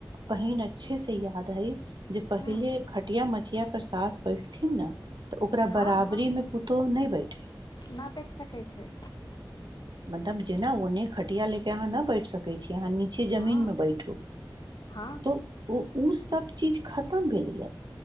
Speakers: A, on the right; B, on the left.
A: बहीन अच्छे से याद हइ जे पहिल
B: हँ
A: खटिया मछिया पर सास बैठथिन न तऽ ओकरा
B: हँ
A: बराबरीमे
B: हँ
A: पुतोह नहि बैठै
B: नहि बैठ सकै छै
A: मतलब जेना ओने खटिया ले के अहाँ न बैठ सकै छी यहाँ नीचे जमीन
B: हँ
A: मे बैठू
B: हँ
A: तो ओ उस सब चीज खतम भेलैयै